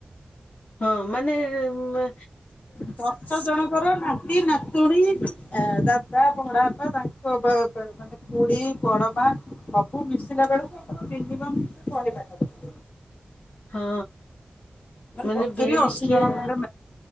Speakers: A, on the left; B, on the left.
A: ହଁ ମାନେ ମା
B: ଦଶ ଜଣଙ୍କର ନାତି ନାତୁଣୀ ଏଁ ଦାଦା ବଡାପା ବାପା ତାଙ୍କ ବାବା ମାନେ ଖୁଡି ବଡମା ସବୁ ମିଶିଲା ବେଳୁକୁ ଆମର ମିନିମମ୍ ଶହେ ପାଖାପାଖି।
A: ହଁ ମାନେ
B: ସତୁରି
A: ବେଳିକିଆ
B: ଅଶୀ ଜଣ ଖଣ୍ଡେ